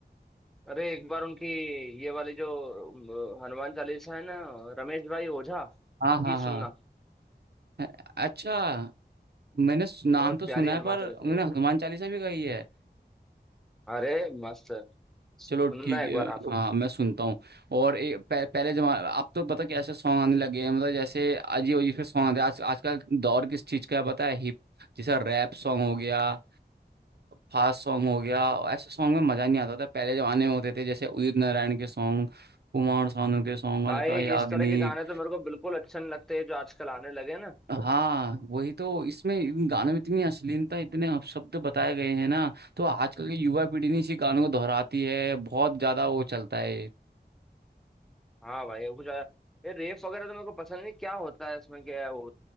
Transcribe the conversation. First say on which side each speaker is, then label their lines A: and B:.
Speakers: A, in the centre; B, on the right (about 70°).
A: अरे एक बार उनकी ये वाली जो अम, हनुमान चालीसा है ना रमेश भाई ओझा
B: हाँ हाँ
A: की
B: हाँ
A: सुनना
B: अ- अच्छा मैंने सु- नाम
A: बहुत
B: तो
A: प्यारी
B: सुना
A: हनुमान
B: है पर
A: चालीसा
B: उन्होंने
A: है
B: हनुमान चालीसा भी गाई है
A: अरे मस्त है सुनना
B: चलो ठीक
A: एक बार
B: है
A: आप
B: हाँ मैं सुनता हूँ और ए, पह, पहले जमा अब तो पता कैसे सॉन्ग आने लगे हैं मतलब जैसे अजीब अजीब से सॉन्ग आते हैं आज आजकल दौर किस चीज़ का है पता है हिप जैसा रैप सॉन्ग हो गया फास्ट सॉन्ग हो गया ऐसे सॉन्ग में मज़ा नहीं आता था पहले जमाने में होते थे जैसे उदित नारायण के सॉन्ग कुमार सानू के सॉन्ग अलका
A: भाई
B: याग्निक
A: इस तरह के गाने तो मेरे को बिल्कुल अच्छे नहीं लगते जो आजकल आने लगे ना
B: हाँ वही तो इसमें इन गानों में इतनी अश्लीलता इतने अपशब्द बताए गए हैं ना तो आजकल की युवा पीढ़ी ने इसी गानों को दोहराती है बहुत ज्यादा वो चलता है ये।
A: हाँ भाई कुछ आ- ये रेप वगैरह तो मेरे को पसंद नहीं क्या होता है इसमें क्या है वो